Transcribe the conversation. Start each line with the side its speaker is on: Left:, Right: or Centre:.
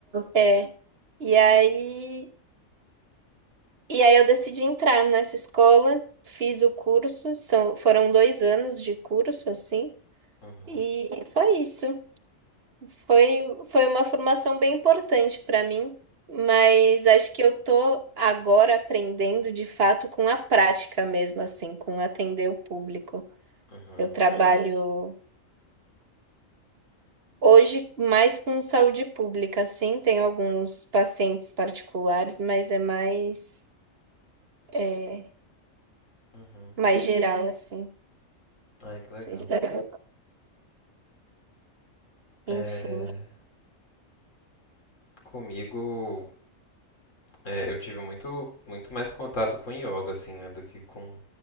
Right: é. é. E aí, e aí eu decidi entrar nessa escola, fiz o curso, são, foram dois anos de curso, assim,
Left: Uhum.
Right: e foi isso. Foi, foi uma formação bem importante para mim, mas acho que eu tô agora aprendendo de fato com a prática mesmo, assim, com atender o público.
Left: Uhum.
Right: Eu Uhum. trabalho. Hoje, mais com saúde pública, sim, tem alguns pacientes particulares, mas é mais, é,
Left: Uhum.
Right: mais geral, assim.
Left: Ai, que legal.
Right: Sei lá.
Left: É,
Right: Enfim,
Left: comigo, é, eu tive muito, muito mais contato com yoga, assim, né, do que com,